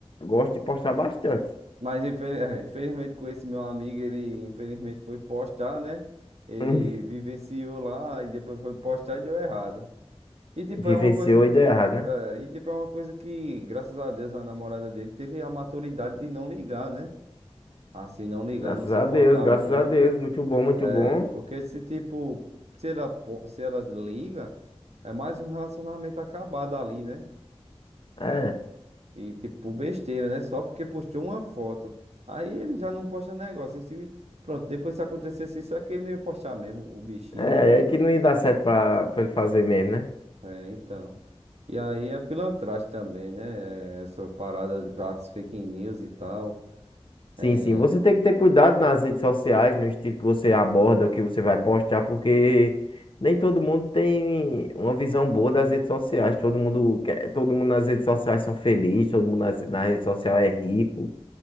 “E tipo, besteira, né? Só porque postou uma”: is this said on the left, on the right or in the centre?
Right